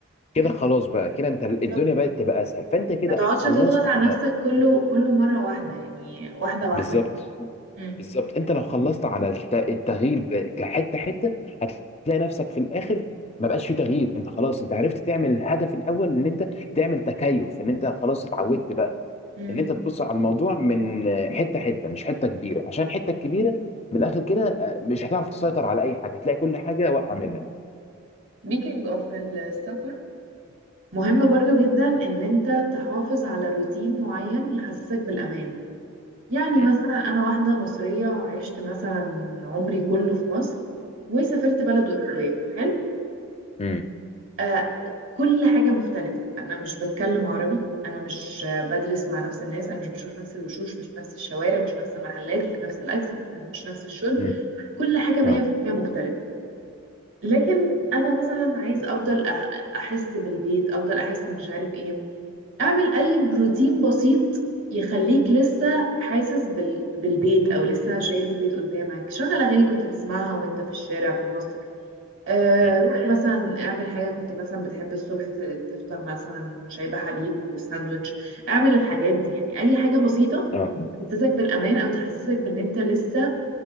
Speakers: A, on the left (about 30°); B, on the right (about 60°).
A: كده خلاص بقى كده انت الدنيا
B: بالظبط.
A: بقت تبقى اسهل فانت كده
B: ما تقعدش
A: خلصت
B: تضغط
A: على
B: على نفسك كله كله مرة واحدة يعني واحدة واحدة
A: بالظبط
B: مم.
A: بالظبط انت لو خلصت على الت- التغيير ب- كحته حته هتلاقي نفسك في الاخر ما بقاش في تغيير انت خلاص انت عرفت تعمل الهدف الاول ان انت تعمل تكيف ان انت خلاص اتعودت بقى
B: مم.
A: ان انت تبص على الموضوع من حته حته مش حته كبيره عشان الحته الكبيره من الاخر كده اه، مش هتعرف تسيطر على اي حاجه هتلاقي كل حاجه واقعه منك
B: speaking of السفر مهم برضو جدا ان انت تحافظ على روتين معين يحسسك بالامان يعني
A: امم
B: مثلا أنا واحدة مصرية عشت مثلا عمري كله في مصر وسافرت بلد أوروبية حلو
A: امم
B: آه كل حاجة مختلفة أنا مش بتكلم عربي أنا مش آه، بدرس مع نفس الناس أنا مش بشوف نفس الوشوش مش نفس الشوارع مش نفس المحلات مش نفس الأكل مش نفس الشرب
A: امم
B: كل حاجة 100%
A: اه
B: مختلفة لكن أنا مثلا عايز أفضل أح- أحس بالبيت أفضل أحس مش عارف إيه اعمل اي بروتين بسيط يخليك لسه حاسس بال... بالبيت او لسه شايف البيت قدامك شغل اغاني كنت بتسمعها وانت في الشارع في مصر آه
A: امم
B: روح مثلا اعمل حاجه كنت مثلا بتحب الصبح ت- تفطر مثلا شاي بحليب وساندوتش اعمل الحاجات دي يعني اي حاجه بسيطه
A: اه
B: تحسسك بالامان او تحسسك بان انت لسه